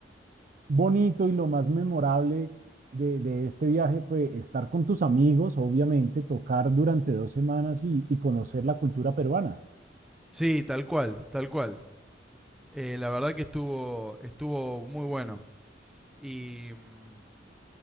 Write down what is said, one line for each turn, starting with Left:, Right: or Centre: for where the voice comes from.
Right: bonito y lo más memorable de, de este viaje fue estar con tus amigos, obviamente, tocar durante dos semanas y, y conocer la cultura peruana.
Centre: Sí, tal cual, tal cual. Eh, la verdad que estuvo, estuvo muy bueno. Y mm,